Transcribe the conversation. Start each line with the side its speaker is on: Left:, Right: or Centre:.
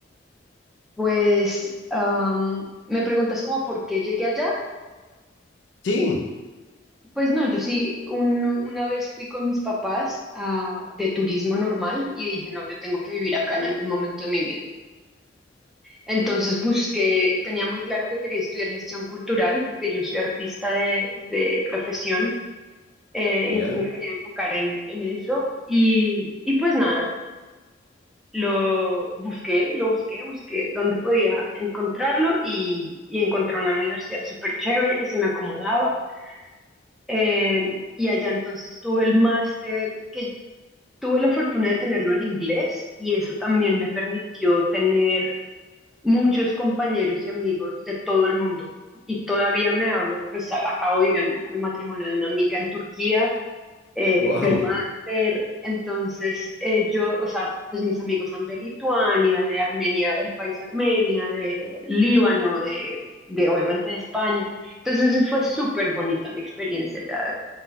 Centre: Pues am, me preguntas como por qué llegué allá.
Left: Sí,
Centre: Pues no, yo sí, un- una vez fui con mis papás ah, de turismo normal y dije, no, yo tengo que vivir acá en algún momento de mi vida. Entonces busqué, tenía muy claro que quería estudiar gestión cultural porque yo soy artista de, de profesión, eh,
Left: ya,
Centre: entonces me quería enfocar en, en eso y, y pues nada. Lo busqué, lo busqué, busqué dónde podía encontrarlo y, y encontré una universidad súper chévere que se me acomodaba. Eh, y allá entonces tuve el máster, que tuve la fortuna de tenerlo en inglés y eso también me permitió tener muchos compañeros y amigos de todo el mundo. Y todavía me hablo, pues a- acabo de ir al, al matrimonio de una amiga en Turquía, eh,
Left: Wow,
Centre: del máster.
Left: <laughs>
Centre: Entonces, eh, yo, o sea, pues mis amigos son de Lituania, de Armenia, del país Armenia, de Líbano, de, de obviamente de España. Entonces, fue súper bonita mi experiencia ya